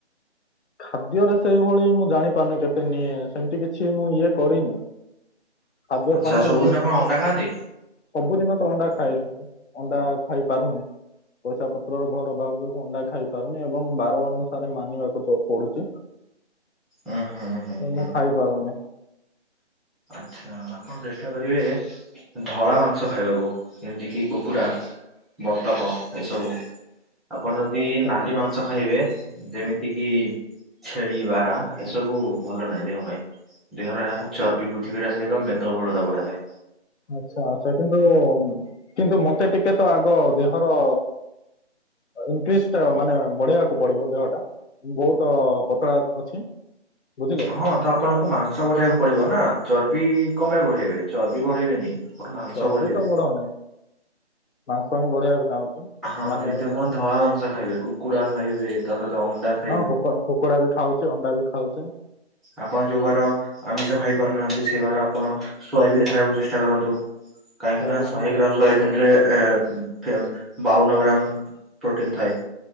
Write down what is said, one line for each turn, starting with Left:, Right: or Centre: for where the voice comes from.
Left: ଖାଦ୍ୟରେ ସେଇଭଳି ମୁଁ ଜାଣି ପାରୁନି କେତେ ନିଏ ସେମିତି କିଛି ମୁଁ ଇଏ କରିନି । ଖାଦ୍ୟ
Centre: ଆଚ୍ଛା
Left: ପାଇଁ ସେମିତି
Centre: ସବୁଦିନ ଆପଣ ଅଣ୍ଡା ଖାଆନ୍ତି?
Left: ସବୁଦିନ । ଅଣ୍ଡା ଖାଇଲି ଅଣ୍ଡା ଖାଇ ପାରୁନି। ପଇସା ପତ୍ରର ଘୋର ଅବାବ ଯୋଗୁଁ ଅଣ୍ଡା ଖାଇ ପାରୁନି ଏବଂ ବାର ଅନୁସାରେ ମାନିବାକୁ ଯାଉ ପଡୁଛି
Centre: ଉଁ ହୁଁ ହୁଁ
Left: ତ ମୁଁ ଖାଇପାରୁନି।
Centre: ଆଚ୍ଛା ଆପଣ ଚେଷ୍ଟା କରିବେ ଧଳା ମାଂସ ଖାଇବାକୁ ଯେମିତି କିି କୁକୁଡ଼ା ବତକ ଏ ସବୁ ଆପଣ ଯଦି
Left: ଆଚ୍ଛା
Centre: ନାଲି
Left: ଆଚ୍ଛା
Centre: ମାଂସ ଖାଇବେ ଯେମିତି କିି, ଛେଳି, ବାରହା ଏସବୁ ଭଲ ନାହିଁ ଦେହ ପାଇଁ। ଦେହରେ ଏହାର ଚର୍ବି ବୃଦ୍ଧି କରିବା ସହିତ ମେଦବହୁଳତା ବଢ଼ାଯାଏ।
Left: ଆଛା, ଆଚ୍ଛା କିନ୍ତୁ, କିନ୍ତୁ ମତେ ଟିକେ ତ ଆଗ ଦେହର ଇନକେଶ ଟା ମାନେ ବଢେଇବାକୁ ପଡିବ ଦେହଟା ବହୁତ ପତଳା ଅଛି। ବୁଝିଲେ
Centre: ହଁ ତ ଆପଣଙ୍କୁ ମାଂସ ବଢେଇବାକୁ ପଡିବ ନା? ଚର୍ବି କଣ ପାଇଁ ବଢେଇବେ, ଚର୍ବି ବଢେଇବେନି ମାଂସ
Left: ଚର୍ବି
Centre: ବଢେଇବେ।
Left: ତ ବଢଉନି ମାଂସ ହିଁ ବଢେଇବାକୁ ଚାହୁଁଛି।
Centre: ହଁ
Left: ମାନେ
Centre: ଯଦି ତ ଆପଣ ଧଳା ମାଂସ ଖାଇବେ, କୁକୁଡ଼ା ଖାଇବେ, ତା ସହିତ ଅଣ୍ଡା ଖାଇ
Left: ହଁ କୁକୁଡ଼ା କୁକୁଡା ବି ଖାଉଛି ଅଣ୍ଡା ବି ଖାଉଛି।
Centre: ଆପଣ ଯେଉଁ ବାର ଆମିଷ ଖାଇପାରୁନାହାନ୍ତି, ସେ ବାର ଆପଣ ସୋୟାବିନ୍ ଖାଇବାକୁ ଚେଷ୍ଟା କରନ୍ତୁ। କାହିଁକି
Left: ସୋୟାବିନ
Centre: ନା ଶହେ ଗ୍ରାମ ସୋୟାବିନ ରେ ଏ ଫେମ ବାଉନ ଗ୍ରାମ ପ୍ରୋଟିନ୍ ଥାଏ।